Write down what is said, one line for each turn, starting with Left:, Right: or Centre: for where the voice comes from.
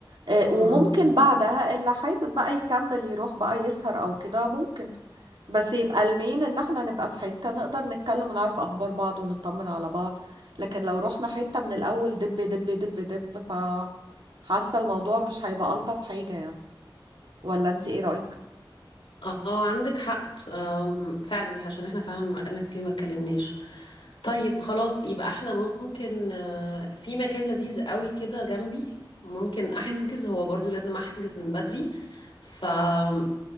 Right: آه، وممكن
Left: امم
Right: بعدها اللي حابب بقى يكمل يروح بقى يسهر او كده ممكن بس يبقى المين ان احنا نبقى في حتة نقدر نتكلم ونعرف اخبار بعض ونطمن على بعض لكن لو رحنا حتة من الاول دب دب دب دب ف حاسة الموضوع مش هيبقى الطف حاجة يعني ولا انت ايه رأيك
Left: اه عندك حق أم، فعلا عشان احنا فعلا بقالنا كتير ما اتكلمناش طيب خلاص يبقى احنا ممكن آه، في مكان لذيذ قوي كده جنبي ممكن احجز
Right: مم.
Left: هو برضو لازم احجز من بدري فممكن